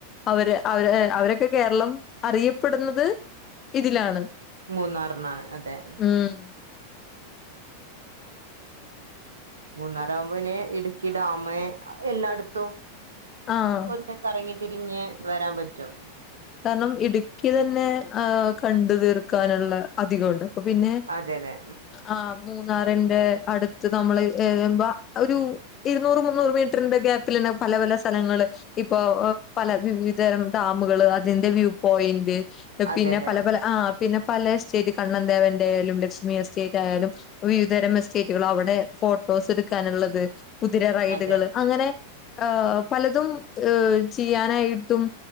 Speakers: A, on the left; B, on the right.
A: അവര് അവര് അവരൊക്കെ കേരളം അറിയപ്പെടുന്നത് ഇതിലാണ്
B: മൂന്നാറ് ന്നാണ് അതെ
A: ഉം
B: മൂന്നാറ് ആകുമ്പോ പിന്നെ ഇടുക്കി ഡാമ് എല്ലാടത്തും
A: ആഹ്
B: ഒന്ന് കറങ്ങി തിരിഞ് വരാൻ പറ്റും
A: കാരണം ഇടുക്കി തന്നെ ആ കണ്ടു തീർക്കാനുള്ള അധികംഒണ്ട് പിന്നെ
B: അതെ അതെ
A: ആഹ് മൂന്നാറിന്റെ അടുത്ത് നമ്മള് ഏൽമ്പം ഒരു ഇരുന്നൂറ് മുന്നൂറ് മീറ്ററിന്റെ ഗ്യാപ്പിൽ തന്നെ പല പല സ്ഥലങ്ങള് ഇപ്പൊ പല വിവിധതരം ഡാമുകള് അതിന്റെ വ്യൂ പോയന്റ്
B: അതെ
A: പിന്നെ
B: അതെ
A: പല പല ആ പിന്നെ പല എസ്റ്റേറ്റ് കണ്ണദേവന്റെ ആയാലും ലക്ഷ്മി എസ്റ്റേറ്റ് ആയാലും വിവിധതരം എസ്റ്റേറ്റുകൾ അവിടെ ഫോ ട്ടോസ് എടുക്കാനുള്ളത് കുതിര റൈഡുകള്
B: അതെ
A: അങ്ങനെ ആഹ് പലതും ഏ ചെയ്യാനായിട്ടും